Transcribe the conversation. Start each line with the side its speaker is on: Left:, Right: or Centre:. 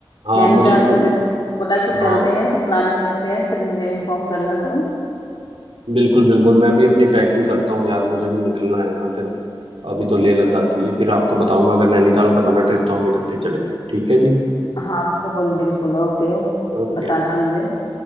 Right: हाँ
Left: नैनीताल
Right: मुझे भी
Left: का जैसे बोला कि
Right: हाँ
Left: चलते हैं तो प्लानिंग करते हैं फिर मुझे इन्फॉर्म करना तुम
Right: बिल्कुल बिल्कुल मैं भी अपनी पैकिंग करता हूँ यार मुझे भी निकलना है अगर अभी तो लेह लद्दाख के लिए फिर आपको बताऊंगा अगर नैनीताल का बना ट्रिप तो हम इकट्ठे चलेंगे ठीक है जी
Left: हाँ बिल्कुल बिल्कुल ओके
Right: Okay
Left: बताना मुझे